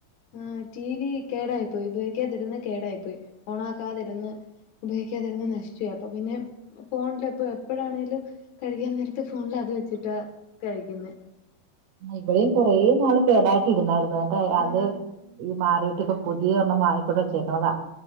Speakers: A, on the left (about 80°); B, on the right (about 85°).
A: ആഹ് ടി വി കേടായി പോയി ഉപയോഗിക്കാതിരുന്ന് കേടായി പോയി ഓൺ ആക്കാതിരുന്ന് ഉപയോഗിക്കാതിരുന്ന് നശിച്ചുപ്പോയി പിന്നെ ഫോണില ഇപ്പോ എപ്പോഴാണെലും കഴിക്കാൻ നേരത്തെ ഫോണിൽ അത് വെച്ചിട്ടാ കഴിക്കുന്നേ
B: ഇവിടെയും കൊറേ നാള് കേടായിട്ട് ഇരുന്നായിരുന്നു കേട്ടോ അത്
A: ആഹ്
B: ഈ മാറിട്ട് ഇപ്പ പുതിയ ഒരണ്ണം വാങ്ങിക്കൊണ്ട് വെച്ചേക്കണതാ